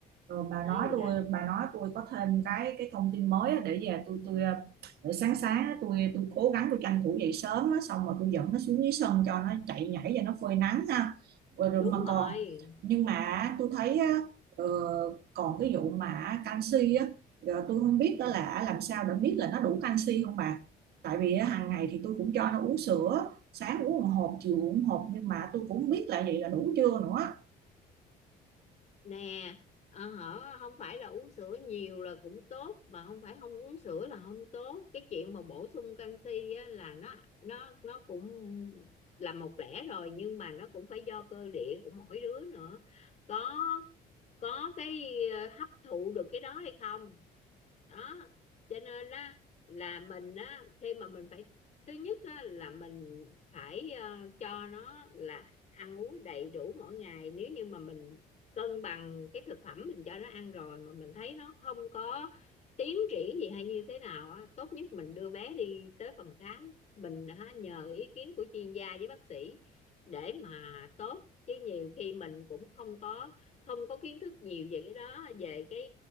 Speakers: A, on the right; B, on the left.
A: rồi bà
B: nói
A: nói
B: gì
A: tôi
B: đó
A: bà nói tôi có thêm cái cái thông tin mới á, để về tôi tôi ờ, để sáng sáng á, tôi tôi cố gắng tôi tranh thủ dậy sớm á, xong rồi tôi dẫn nó xuống dưới sân cho nó chạy nhảy và nó phơi nắng ha rồi, rồi
B: đúng
A: mà còn
B: rồi
A: nhưng mà tôi thấy á, ờ, còn cái vụ mà canxi á ờ, tôi không biết
B: ừ.
A: đó là làm sao để biết là nó đủ canxi không bà tại vì á, hàng ngày thì tôi cũng cho nó uống sữa sáng uống một hộp chiều uống một hộp nhưng mà tôi cũng không biết là vậy là đủ chưa nữa
B: nè ờ, hở không phải là uống sữa nhiều là cũng tốt mà không phải không uống sữa là không tốt cái chuyện mà bổ sung canxi á, là nó nó nó cũng là một lẽ rồi nhưng mà nó cũng phải do cơ địa của mỗi đứa nữa có có cái ờ, hấp thụ được cái đó hay không đó cho nên á là mình á khi mà mình phải thứ nhất á là mình phải ờ, cho nó là ăn uống đầy đủ mỗi ngày nếu như mà mình cân bằng cái thực phẩm mình cho nó ăn rồi mà mình thấy nó không có tiến triển gì hay như thế nào á tốt nhất mình đưa bé đi tới phòng khám mình hả, nhờ ý kiến của chuyên gia với bác sĩ để mà tốt chứ nhiều khi mình cũng không có không có kiến thức nhiều về cái đó về cái